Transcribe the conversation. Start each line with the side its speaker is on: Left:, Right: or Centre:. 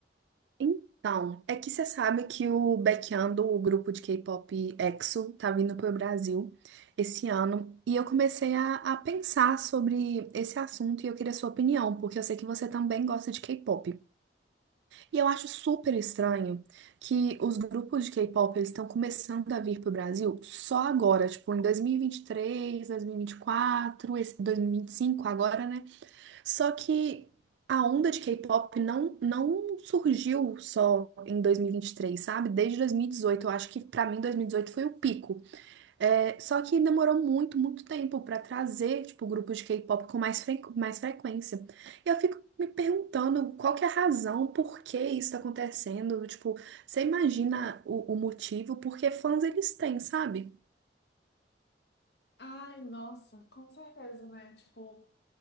Right: Então, é que você sabe que o Baekhyun, o grupo de K-pop EXO, tá vindo pro Brasil esse ano. E eu comecei a, a pensar sobre esse assunto e eu queria sua opinião, porque eu sei que você também gosta de K-pop. E eu acho super estranho que os grupos de K-pop eles estão começando a vir pro Brasil só agora, tipo em dois dois mil mil e vinte e três, dois mil e vinte vinte três, e 2024, esse dois mil e vinte e cinco. agora, né? Só que a onda de K-pop não, não surgiu só em dois mil e e vinte e três sabe? Desde dois mil e dezoito eu acho que pra mim 2018 foi o pico. É, só que demorou muito, muito tempo pra trazer, tipo, grupos de K-pop com mais, fre- mais frequência. E eu fico me perguntando qual que é a razão, por que isso tá acontecendo? Tipo, você imagina o, o motivo? Porque fãs eles têm, sabe?
Left: Ai, nossa, com certeza, né? Tipo,